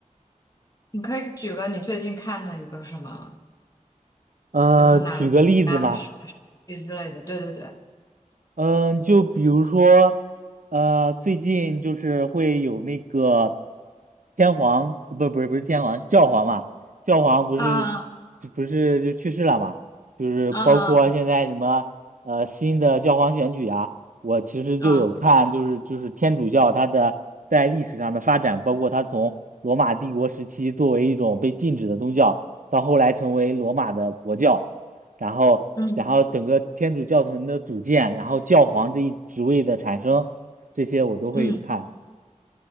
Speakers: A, on the left; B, on the right.
A: 你可以举个你最近看的一个什么，
B: 呃，
A: 比如说哪个国家是
B: 举个例子嘛。
A: 之类的。对对对，
B: 嗯，就比如说，呃，最近就是会有那个天皇，不，不是不是天皇，教皇嘛，教皇不是
A: 啊
B: 就不是就去世了嘛，就是包括现在什么呃新的教皇选举啊，
A: 啊
B: 我其实就有看，
A: 啊，
B: 就是就是天主教它的在历史上的发展，包括它从罗马帝国时期作为一种被禁止的宗教，到后来成为罗马的国教。然后然后整个天主教廷的组建，
A: 嗯
B: 然后教皇这一职位的产生，这些我都会有看。
A: 嗯